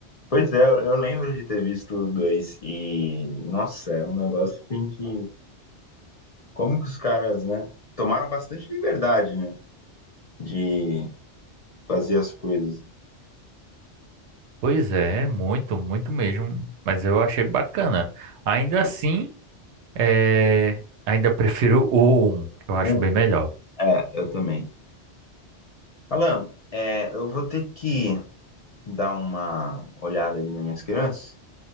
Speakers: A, on the left; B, on the right.
A: Pois é, eu eu lembro de ter visto dois e, nossa, é um negócio assim que. Como que os caras, né? Tomaram bastante liberdade, né? De fazer as coisas.
B: Pois é, muito, muito mesmo. Mas eu achei bacana. Ainda assim. É, ainda prefiro o um, que eu acho
A: Um,
B: bem melhor.
A: é, eu também. Alan, é, eu vou ter que dar uma olhada ali nas minhas crianças.